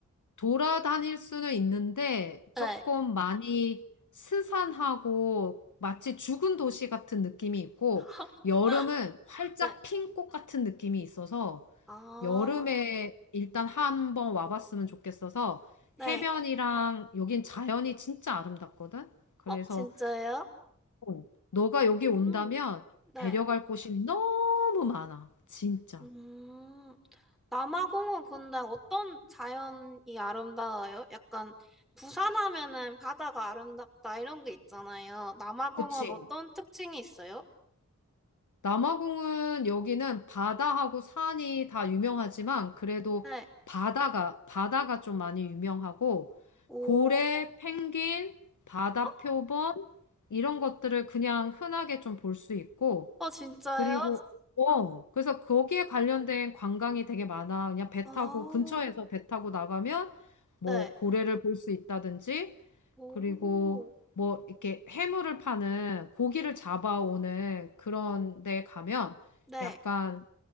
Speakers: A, on the left; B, in the centre.
A: 돌아다닐 수는 있는데
B: 네.
A: 조금 많이 스산하고 마치 죽은 도시 같은 느낌이 있고
B: <laughs>
A: 여름은 활짝
B: 네.
A: 핀 꽃 같은 느낌이 있어서
B: 아,
A: 여름에 일단 한번 와봤으면 좋겠어서
B: 네.
A: 해변이랑 여긴 자연이 진짜 아름답거든. 그래서
B: 어, 진짜요?
A: 어, 너가
B: 음,
A: 여기 온다면
B: 네.
A: 데려갈 곳이 너무 많아. 진짜.
B: 음. 남아공은 근데 어떤 자연이 아름다워요? 약간 부산 하면은 바다가 아름답다 이런 게 있잖아요. 남아공은
A: 그치.
B: 어떤 특징이 있어요?
A: 남아공은 여기는 바다하고 산이 다 유명하지만 그래도
B: 네.
A: 바다가 바다가 좀 많이 유명하고
B: 오.
A: 고래, 펭귄, 바다표범
B: 어,
A: 이런 것들을 그냥 흔하게 좀 볼 수 있고
B: 어, 진짜요?
A: 그리고 어 그래서 거기에 관련된 관광이 되게 많아. 그냥 배
B: 아,
A: 타고 근처에서 배 타고 나가면
B: 네.
A: 뭐 고래를 볼 수 있다든지
B: 오.
A: 그리고 뭐 이렇게 해물을 파는 고기를 잡아오는 그런 데 가면
B: 네.
A: 약간